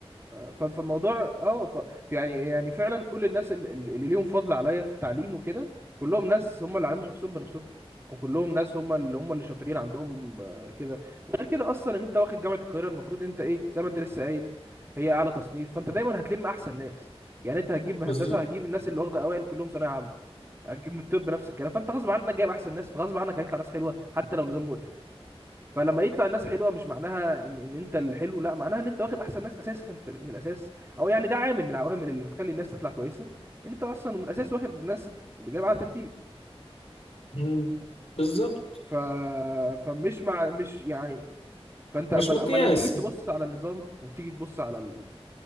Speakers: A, on the right (about 20°); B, on the left (about 70°).
A: ف- فالموضوع اه ف... يعني يعني فعلا كل الناس ال- ال- اللي ليهم فضل عليا في التعليم وكده كلهم ناس هم اللي علموا نفسهم بنفسهم وكلهم ناس هم اللي هم اللي شاطرين عندهم آه، كده وغير كده اصلا ان انت واخد جامعه القاهره المفروض انت ايه زي ما انت لسه قايل هي اعلى تصنيف فانت دايما هتلم احسن ناس يعني انت هتجيب هندسه
B: بالظبط
A: هتجيب الناس اللي واخده اوائل كلهم ثانويه عامه هتجيب من طب نفس الكلام فانت غصب عنك جايب احسن ناس فغصب عنك هيطلع ناس حلوه حتى لو نظام مقرف فلما يطلع الناس حلوه مش معناها ان ان انت الحلو لا معناها ان انت واخد احسن ناس اساسا في من الاساس او يعني ده عامل من العوامل اللي بتخلي الناس تطلع كويسه ان انت اصلا من الاساس واخد ناس جايبه على ترتيب
B: مم. بالظبط
A: ف فمش مع مش يعني فانت
B: مش
A: اما
B: مقياس
A: اما لو تيجي تبص
B: يعني
A: على النظام وتيجي تبص على ال...